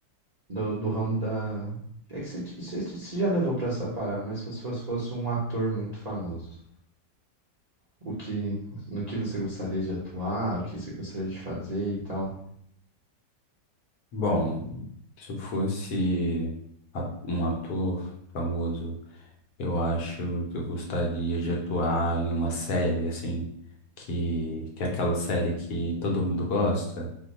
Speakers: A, on the right; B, on the left.
A: do, do ramo da. É que você, t- você, você já levou pra essa parada, mas se você fosse, fosse um ator muito famoso, o que, no que você gostaria de atuar, o que você gostaria de fazer e tal.
B: Bom, se eu fosse a- um ator famoso, eu acho que eu gostaria de atuar em uma série, assim, que, que é aquela série que todo mundo gosta.